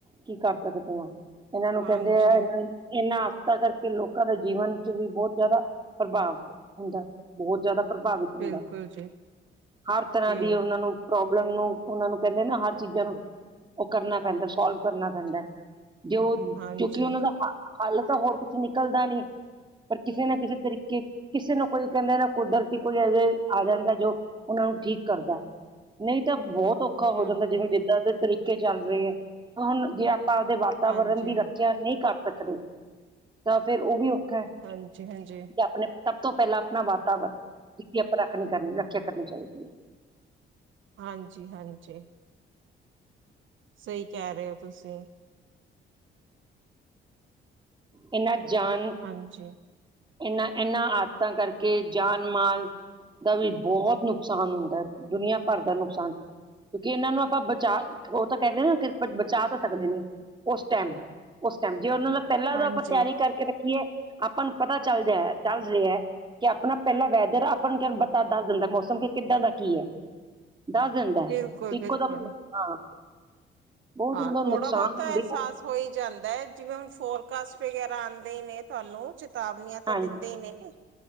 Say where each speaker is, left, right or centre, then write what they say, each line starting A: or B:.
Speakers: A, on the right; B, on the right.
A: ਕੀ ਕਰ ਸਕਦੇ ਆ ਇਹਨਾਂ ਨੂੰ
B: ਹਾਂਜੀ
A: ਕਹਿੰਦੇ ਆ ਇਹਨਾਂ ਇਹਨਾਂ ਆਫ਼ਤਾਂ ਕਰਕੇ ਲੋਕਾਂ ਦੇ ਜੀਵਨ ਚ ਵੀ ਬਹੁਤ ਜ਼ਿਆਦਾ ਪ੍ਰਭਾਵ ਹੁੰਦਾ, ਬਹੁਤ ਜ਼ਿਆਦਾ ਪ੍ਰਭਾਵਿਤ ਹੁੰਦਾ।
B: ਬਿਲਕੁਲ ਜੀ
A: ਹਰ ਤਰ੍ਹਾਂ
B: ਜੀ
A: ਦੀ ਉਹਨਾਂ ਨੂੰ ਪ੍ਰੋਬਲਮ ਨੂੰ ਉਹਨਾਂ ਨੂੰ ਕਹਿੰਦੇ ਨਾ ਹਰ ਚੀਜ਼ਾਂ ਨੂੰ, ਉਹ ਕਰਨਾ ਪੈਂਦਾ ਸੋਲਵ ਕਰਨਾ ਪੈਂਦਾ। ਜੋ
B: ਹਾਂਜੀ
A: ਕਿਉਂਕਿ ਉਹਨਾਂ ਦਾ ਹ ਹੱਲ ਤਾਂ ਹੋਰ ਕੁਛ ਨਿਕਲਦਾ ਨੀ, ਪਰ ਕਿਸੇ ਨਾ ਕਿਸੇ ਤਰੀਕੇ ਕਿਸੇ ਨੂੰ ਕੋਈ ਕਹਿੰਦੇ ਨਾ ਕੁਦਰਤੀ ਕੋਈ ਇਹ ਜੇ ਆ ਜਾਂਦਾ ਜੋ ਉਹਨਾਂ ਨੂੰ ਠੀਕ ਕਰਦਾ। ਨਹੀਂ ਤਾਂ ਬਹੁਤ ਔਖਾ
B: ਬਿਲਕੁਲ
A: ਹੋ ਜਾਂਦਾ ਜਿਵੇਂ ਜਿੱਦਾਂ ਦੇ ਤਰੀਕੇ ਚੱਲ ਰਹੇ ਆ, ਹੁਣ ਜੇ ਆਪਾਂ ਆਵਦੇ ਵਾਤਾਵਰਨ
B: ਹਾਂਜੀ
A: ਦੀ ਰੱਖਿਆ ਨਹੀਂ ਕਰ ਸਕਦੇ, ਤਾਂ ਫਿਰ ਉਹ ਵੀ ਔਖਾ।
B: ਹਾਂਜੀ-ਹਾਂਜੀ।
A: ਕਿ ਆਪਣੇ ਸਭ ਤੋਂ ਪਹਿਲਾਂ ਆਪਣਾ ਵਾਤਾਵਰਨ, ਜਿਹਦੀ ਆਪਾਂ ਰੱਖ ਨੀ ਕਰਨੀ ਰੱਖਿਆ ਕਰਨੀ ਚਾਹੀਦੀ ਹੈ।
B: ਹਾਂਜੀ-ਹਾਂਜੀ, ਸਹੀ ਕਹਿ ਰਹੇ ਹੋ ਤੁਸੀਂ।
A: ਇਹਨਾਂ ਜਾਨ
B: ਹਾਂਜੀ।
A: ਇਹਨਾਂ, ਇਹਨਾਂ ਆਦਤਾਂ ਕਰਕੇ ਜਾਨਮਾਲ ਦਾ ਵੀ ਬਹੁਤ ਨੁਕਸਾਨ ਹੁੰਦਾ, ਦੁਨੀਆਂ ਭਰ ਦਾ ਨੁਕਸਾਨ! ਕਿਉਂਕਿ ਇਹਨਾਂ ਨੂੰ ਆਪਾਂ ਬਚਾ--ਉਹ ਤਾਂ ਕਹਿੰਦੇ ਨਾ ਬਚਾ ਤਾਂ ਸਕਦੇ ਨੀ ਉਸ ਟਾਇਮ। ਉਸ ਟਾਈਮ, ਜੇ ਉਹਨਾਂ ਦਾ ਪਹਿਲਾਂ
B: ਹਾਂਜੀ।
A: ਆਪਾਂ ਤਿਆਰੀ ਕਰਕੇ ਰੱਖੀਏ, ਆਪਾਂ ਨੂੰ ਪਤਾ ਚੱਲਦੈ ਦੱਸਦੇ ਆ। ਕਿ ਆਪਣਾ ਪਹਿਲਾ ਵੈਦਰ ਆ, ਆਪਾਂ ਨੂੰ ਬਤਾ--ਦੱਸ ਦਿੰਦਾ, ਮੌਸਮ ਕਿ, ਕਿੱਦਾਂ ਦਾ ਕੀ ਹੈ। ਦੱਸ ਦਿੰਦਾ,
B: ਬਿਲਕੁਲ-ਬਿਲਕੁਲ
A: ਇੱਕੋਦਮ, ਹਾਂ। ਬਹੁਤ
B: ਹਾਂ,
A: ਹੁੰਦਾ
B: ਥੋੜਾ-ਬਹੁਤ
A: ਨੁਕਸਾਨ
B: ਤਾਂ
A: ਹੁੰਦੇ
B: ਅਹਿਸਾਸ
A: ਆ
B: ਹੋਈ ਜਾਂਦਾ ਹੈ, ਜਿਵੇਂ ਹੁਣ ਫੋਰਕਾਸਟ ਵਗੈਰਾ ਆਉਂਦੇ ਹੀ ਨੇ ਤੁਹਾਨੂੰ। ਚਤਾਵਨੀਆਂ ਤਾਂ
A: ਹਾਂਜੀ
B: ਦਿੰਦੇ ਹੀ ਨੇ।